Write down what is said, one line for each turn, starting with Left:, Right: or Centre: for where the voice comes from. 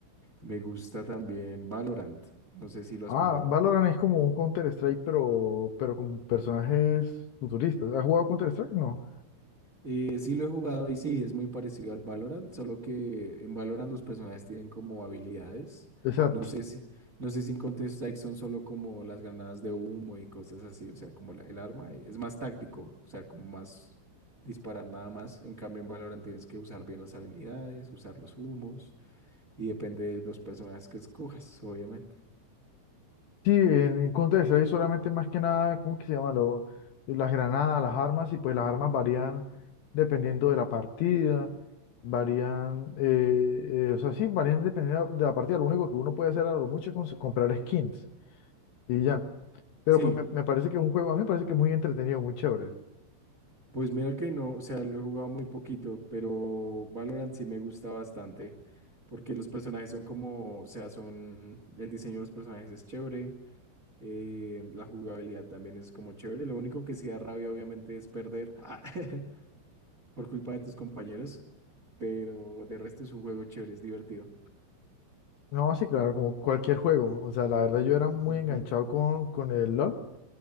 Right: Me gusta también Valorant, no sé si lo
Left: Ah,
Right: has jugado.
Left: Valorant es como un Counter-Strike, pero, pero con personajes futuristas. ¿Has jugado Counter-Strike? No.
Right: Eh, sí lo he jugado y sí, es muy parecido al Valorant, solo que en Valorant los personajes tienen como habilidades.
Left: Exacto.
Right: No sé si, no sé si en Counter-Strike son solo como las granadas de humo y cosas así, o sea, como la- el arma. y Es más táctico, o sea, como más disparar nada más. En cambio, en Valorant tienes que usar bien las habilidades, usar los humos y depende de los personajes que escojas, obviamente.
Left: Sí, en, en Counter-Strike solamente más que nada, ¿cómo que se llama? Lo- las granadas, las armas, y pues las armas varían dependiendo de la partida, varían, eh, eh, o sea, sí, varían dependiendo de la partida. Lo único que uno puede hacer a lo mucho es cons- comprar skins y ya. Pero
Right: Sí.
Left: pues me, me parece que es un juego, a mí me parece que es muy entretenido, muy chévere.
Right: Pues mira que no, o sea, lo he jugado muy poquito, pero Valorant sí me gusta bastante, porque los personajes son como, o sea, son, el diseño de los personajes es chévere, eh, la jugabilidad también es como chévere, lo único que sí da rabia obviamente es perder <laughs> ah, <laughs> por culpa de tus compañeros, pero de resto es un juego chévere, es divertido.
Left: No, sí, claro, como cualquier juego. O sea, la verdad yo era muy
Right: Ujú.
Left: enganchado con, con el LOL,